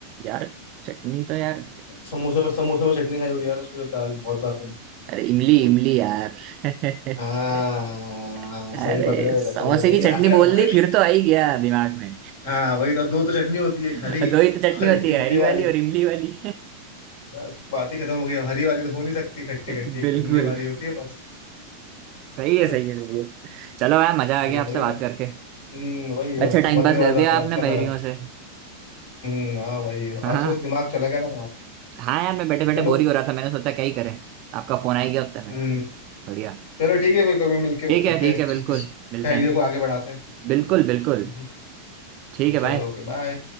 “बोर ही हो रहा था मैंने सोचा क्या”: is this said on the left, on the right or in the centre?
Right